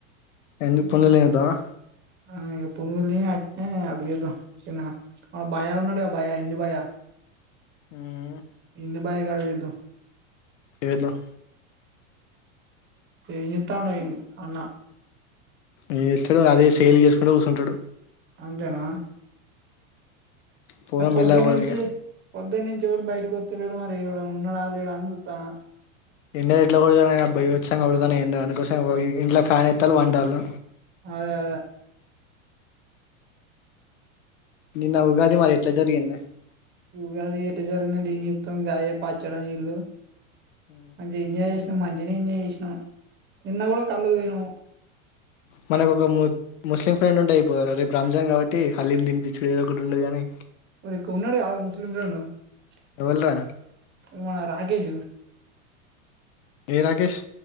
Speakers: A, on the left; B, on the right.
A: ఎండు పునులు ఎద్దామా
B: ఆ ఇగ పొనుగులు తిని అట్నే అటు పోయేదం చిన్నగా మన భయ్యా ఉన్నాడుగా భయ్యా హిందీ భయ్యా
A: ఉమ్,
B: హిందూ బాయ్ కాడ తిందాం
A: పొయ్యొద్దం
B: ఏం చేతాండో ఈ అన్న
A: ఏం చేస్తాడు అదే సేల్ చేసుకుంటు కూసుంటాడు
B: అంతేనా
A: పోదాం
B: పొద్దన్నుంచి
A: మెల్లగా పోదాం ఇగ
B: పొద్దన్నుంచి ఎవడు బయటకి వత్తలేడు మా ఎవడన్నా ఉన్నడ లేడా అని చూత్తన
A: ఎండలు ఎట్ల కొడుతానై రా బీభత్సంగా కొడుతానే ఎండలు అందుకోసం ఇంట్లో ఫ్యాన్ వేత్తలి పంటలు
B: అదే అదే
A: నిన్న ఉగాది మరి ఎట్ల జరిగింది
B: ఉగాది ఎట్ట జరిగింది అంటే ఏ చెప్తాం గాదె పచ్చడ నీళ్లు
A: హు
B: మంచిగా ఎంజాయ్ చేసినాం మంచిగనే ఎంజాయ్ చేసినం నిన్న కూడా కల్లుకు పోయినము
A: మనకు ఒక ము ముస్లిం ఫ్రెండ్ ఉంటే అయిపోవుగదా రా రేపు రంజాన్ కాబట్టి హలీం తినిపిచ్చుడే ఏదో ఒ ఒకటుండు గానీ
B: ఒరేకో ఉంన్నాడు కాదు ము <unintelligible>
A: ఎవ్వలు రా
B: మన రాకేష్
A: ఏ రాకేష్